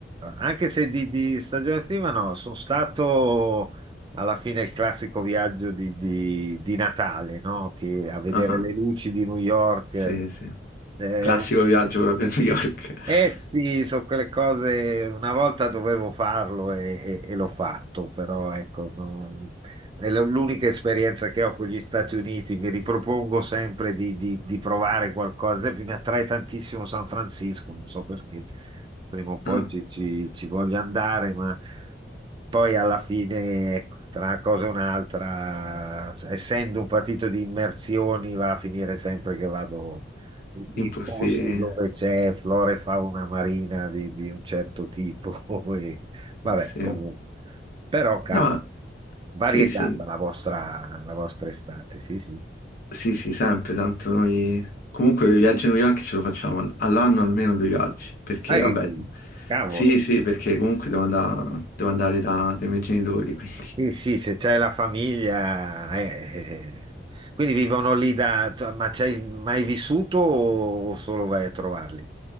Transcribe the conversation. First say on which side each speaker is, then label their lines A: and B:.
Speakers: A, on the right (about 25°); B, on the left (about 55°).
A: anche se di, di stagione attiva no, sono stato alla fine il classico viaggio di, di- di Natale, no? Che a vedere
B: ah,
A: le luci di New York,
B: sì, sì.
A: eh,
B: Classico viaggio proprio a New York.
A: eh sì,
B: <laughs>
A: sono quelle cose, una volta dovevo farlo e, e- e l'ho fatto, però ecco, non- è l- l'unica esperienza che ho con gli Stati Uniti, mi ripropongo sempre di, di- di provare qualcosa, ad esempio mi attrae tantissimo San Francisco, non so perché, prima o poi
B: Ah,
A: ci, ci- ci voglio andare, ma poi alla fine, ecco, tra una cosa e un'altra, essendo un partito di immersioni, va a finire sempre che vado in
B: in posti...
A: posti dove c'è flora e fauna marina di, di un certo tipo. <laughs> E, vabbè,
B: Sì.
A: comunque. Però, cavolo,
B: No,
A: variegata
B: sì, sì.
A: la vostra, la vostra estate, sì, sì.
B: Sì, sì, sempre, tanto noi... Comunque i viaggi a New York ce lo facciamo al- all'anno almeno due viaggi, perché
A: Ehi,
B: vabbè...
A: cavolo.
B: Sì, sì, perché comunque devo andare, devo andare da- dai miei genitori, <laughs> quindi...
A: Sì, sì, se c'è la famiglia... eh, eh. Quindi vivono lì da... cioè, ma c'hai mai vissuto o o solo vai a trovarli?